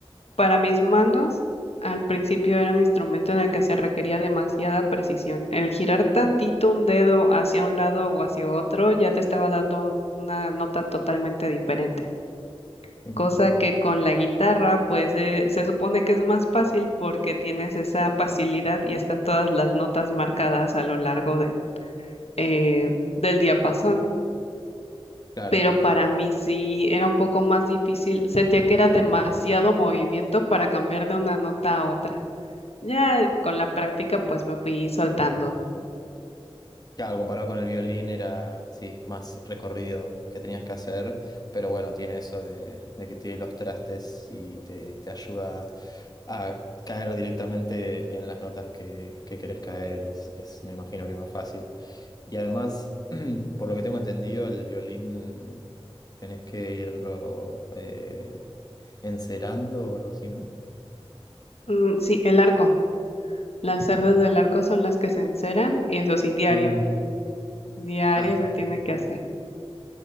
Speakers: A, on the left; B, on the left.
A: Para mis manos, al principio era un instrumento en el que se requería demasiada precisión. El girar tantito un dedo hacia un lado o hacia otro ya te estaba dando un- una nota totalmente diferente.
B: Mm.
A: Cosa que con la guitarra, pues eh, se supone que es más fácil porque tienes esa facilidad y están todas las notas marcadas a lo largo del, eh, del diapasón.
B: Claro.
A: Pero para mí sí era un poco más difícil. Sentía que era demasiado movimiento para cambiar de una nota a otra. Ya con la práctica pues me fui soltando.
B: Claro, comparado con el violín era, sí, más recorrido que tenías que hacer, pero bueno, tiene eso de, de que tiene los trastes y te, te ayuda a caer directamente en las notas que, que querés caer y es, es, me imagino que más fácil. Y además, <clears throat> por lo que tengo entendido, el violín tenés que irlo eh, encerando o algo así, ¿no?
A: Mm, sí, el arco. Las cerdas del arco son las que se enceran y eso sí, diario.
B: Mm,
A: Diario
B: Ah,
A: se tiene
B: bien.
A: que hacer.